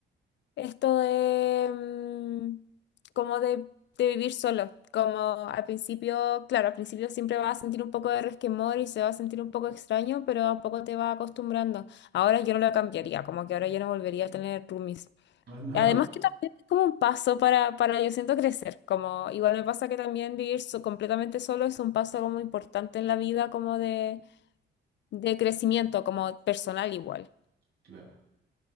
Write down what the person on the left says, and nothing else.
esto de mm, como de, de vivir solo, como al principio, claro, al principio siempre vas a sentir un poco de resquemor y se va a sentir un poco extraño, pero a poco te vas acostumbrando. Ahora yo no lo cambiaría, como que ahora yo no volvería a tener roomies.
Y Además que también es como un paso para, para yo siento crecer, como igual me pasa que también vivir so- completamente solo es un paso como importante en la vida, como de, de crecimiento, como personal igual.